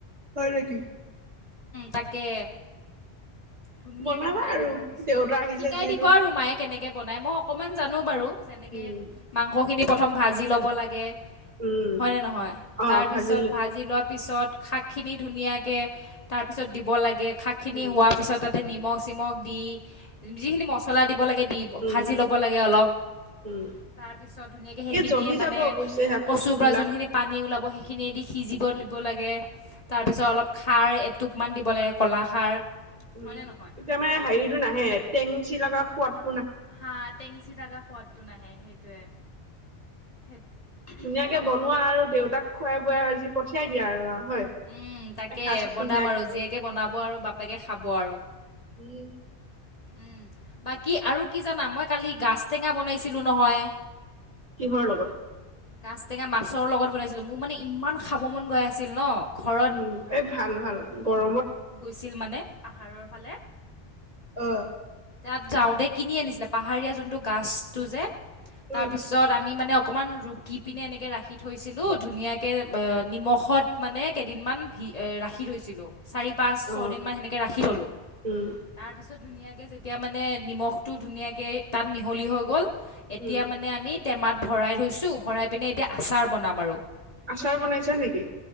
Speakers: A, on the right; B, on the left.
A: হয় নেকি।
B: তাকে। ধুনীয়াকে
A: বনাবা
B: বনাই
A: আৰু
B: দিম ভাবিছো।
A: দেউতা আহিছে
B: শিকাই
A: যিহেতু।
B: দিব আৰু মায়ে কেনেকে বনাই, মই অকনমান জানো বাৰু। এনেকৈ
A: উম,
B: মাংসখিনি প্ৰথম ভাজি ল'ব লাগে।
A: উম,
B: হয় নে নহয়?
A: অ'
B: তাৰ
A: ভাজিলো।
B: পিছত ভাজি লোৱা। তাৰ পিছত শাকখিনি ধুনীয়াকৈ তাৰপিছত দিব লাগে, শাকখিনি
A: উম,
B: হোৱাৰ পিছত তাতে নিমখ চিমখ দি, যিখিনি মছলা দিব লাগে, দি
A: উম,
B: ভাজি ল'ব লাগে অলপ।
A: উম,
B: তাৰ পিছত ধুনীয়াকে সেইখিনিয়ে
A: জহি
B: মানে
A: যাব অৱশ্যে সেয়া
B: কচুৰ
A: কচু
B: পৰা
A: বিলাক।
B: যোনখিনি পানী ওলাব সেইখিনিয়ে দি সিঁজি। জীব দিব লাগে। তাৰপিছত অলপ খাৰ এটোপমান দিব লাগে, ক'লা খাৰ।
A: উম,
B: হয়নে নহয়
A: এতিয়া মানে হেৰিতটো নাহে, টেঙচি লগা খোৱাত
B: হা, টেংচি থাকা সোৱাদটো নাহে সেইটোয়ে। সেই
A: ধুনীয়াকে
B: অ'
A: বনোৱা আৰু দেউতাক খুৱাই বোৱাই আজি পঠিয়াই দিয়া আৰু, হয়।
B: উম, তাকে
A: এসাঁজ ধুনীয়াকৈ
B: বনাম আৰু, জীয়েকে বনাব আৰু বাপেকে খাব আৰু।
A: উম,
B: উম, বাকী আৰু কি জানা মই কালি গাজ টেঙা বনাইছিলোঁ নহয়।
A: কিহৰ লগত?
B: গাছ টেঙা মাছৰ লগত বনাইছিলো, মোৰ মানে ইমান খাব মন গৈ আছিল ন ঘৰত
A: উম, এ ভাল ভাল গৰমত
B: আছিল মানে পাহাৰৰ ফালে।
A: আহ,
B: তাত যাওঁতে কিনি আনিছিলে পাহাৰীয়া যোনটো গছটো যে, তাৰপিছত
A: উম,
B: আমি মানে অকমান ৰুকি পিনে ৰাখিছিলোঁ থৈছিলোঁ ধুনীয়াকে ব নিমখত কেইদিন মান ভি ৰাখি থৈছিলো চাৰি পাঁচ,
A: অ,
B: ছয়দিনমান এনেকে ৰাখি থলো,
A: উম,
B: তাৰ পিছত ধুনীয়াকৈ এতিয়া মানে নিমখটো ধুনীয়াকৈ তাত মিহলি হৈ গ'ল। এতিয়া
A: উম।
B: মানে আমি টেমাত ভৰাই থৈছো, ভৰাই পিনে এতিয়া আচাৰ বনাম আৰু।
A: আচাৰ
B: তো এনেকৈতো
A: বনাইছা নেকি?